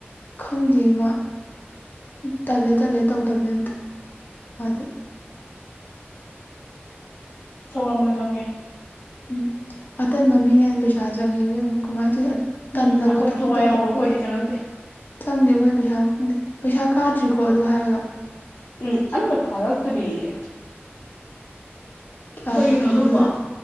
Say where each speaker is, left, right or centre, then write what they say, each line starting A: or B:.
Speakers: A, on the left; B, on the left.
A: ꯈꯪꯗꯦ ꯃꯥ ꯇꯜꯂꯦ ꯇꯜꯂꯦ ꯇꯧꯗꯕꯅꯦ ꯑꯝꯇ ꯃꯥꯗꯤ
B: ꯇꯧꯔꯝꯃꯣꯏ ꯈꯪꯉꯦ
A: ꯎꯝ ꯑꯇꯟꯕ ꯃꯤꯅ ꯍꯦꯟ ꯄꯩꯁꯥ ꯆꯪꯉꯤ ꯏꯕꯦꯝꯃ ꯀꯃꯥꯏꯅ ꯇꯩꯅꯣ ꯇꯟꯗꯕ
B: ꯎꯝ ꯑꯩꯈꯣꯏꯅ
A: ꯊꯕꯛ
B: ꯊꯋꯥꯏ
A: ꯇꯧꯕ
B: ꯌꯥꯎꯕ
A: ꯑꯩꯈꯣꯏ
B: ꯑꯩꯈꯣꯏꯗꯤ ꯆꯪꯉꯛꯇꯦ
A: ꯆꯪꯗꯦ ꯍꯣꯏ ꯄꯩꯁꯥ ꯈꯪꯗꯦ ꯄꯩꯁꯥ ꯀꯥꯗ꯭ꯔꯤꯀꯣ ꯑꯗꯨ ꯍꯥꯏꯔꯒ
B: ꯎꯝ ꯑꯝꯇ ꯀꯔꯛꯇ꯭ꯔꯤꯌꯦ
A: ꯀꯌꯥꯝꯕ
B: ꯀꯩꯒꯤꯅꯣ
A: ꯐꯪꯗꯣꯏꯅꯣ
B: ꯑꯗꯨꯕꯣ